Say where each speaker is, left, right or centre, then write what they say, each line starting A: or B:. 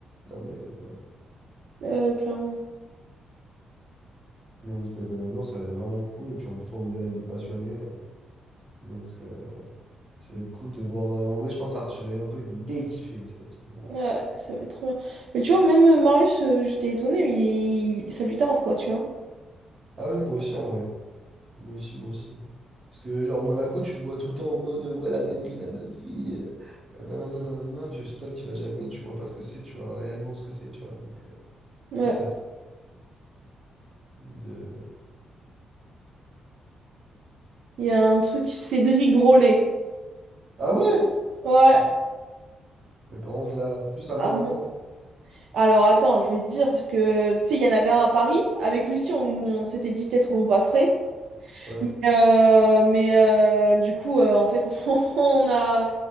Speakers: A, on the right; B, on the right.
A: Non, mais euh,
B: Euh, clairement.
A: donc, euh, non, ça va être vraiment cool. Et puis en plus, on y va avec des passionnés. euh, Donc, euh, ça va être cool de voir. euh, en vrai, je pense Arthur et Anto, ils vont gay kiffer. Ça va être une-
B: Ouais, ça va être trop bien. Mais tu vois, même euh, Marius, euh, j'étais étonnée, mais il- ça lui tarde, quoi, tu vois.
A: Ah oui, moi aussi en vrai. Moi aussi, moi aussi. Parce que genre Monaco, tu le vois tout le temps en mode euh, ouais la dinguerie, la dinguerie. euh, nanana, nanana. Puis au final, tu vas jamais, tu vois pas ce que c'est, tu vois réellement ce que c'est, tu vois. Donc euh, je
B: Ouais.
A: pense que ça va être cool de.
B: Il y a un truc, Cédric Grolet.
A: Ah ouais!
B: Ouais.
A: J'ai- Mais par contre là, en plus à
B: Ah
A: Monaco,
B: bon Alors attends, je vais te dire, parce que tu sais, il y en avait un à Paris. Avec Lucie, on, on s'était dit peut-être on passerait.
A: ouais.
B: Mais, euh, mais, euh, du coup, euh, en fait, <laughs> on a,